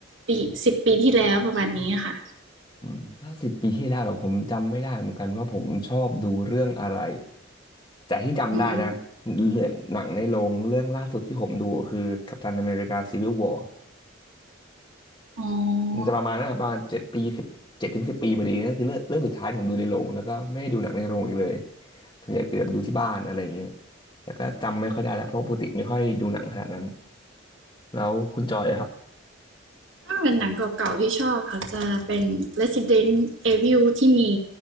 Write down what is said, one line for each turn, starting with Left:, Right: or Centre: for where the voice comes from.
Right: ปีสิบปีที่แล้วประมาณนี้ค่ะ
Left: อืมถ้าสิบปีที่แล้วเหรอผมจำไม่ได้เหมือนกันว่าผมชอบดูเรื่องอะไรแต่ที่จำได้นะ
Right: อืม
Left: เรื่องหนังในโรงเรื่องล่าสุดที่ผมดูก็คือกัปตันอเมริกาซีวิลวอร์
Right: อ๋อ
Left: มันจะประมาณนั้นอะประมาณเจ็ดปีสิบเจ็ดถึงสิบปีพอดีนั่นคือเรื่องเรื่องสุดท้ายที่ผมดูในโรงแล้วก็ไม่ได้ดูหนังในโรงอีกเลยส่วนใหญ่คือแบบดูที่บ้านอะไรอย่างเงี้ยแต่ก็จำไม่ค่อยได้แล้วเพราะปกติไม่ค่อยดูหนังขนาดนั้นแล้วคุณจอยอะครับ
Right: ถ้าเป็นหนังเก่าๆที่ชอบค่ะจะเป็น Resident Evil ที่มี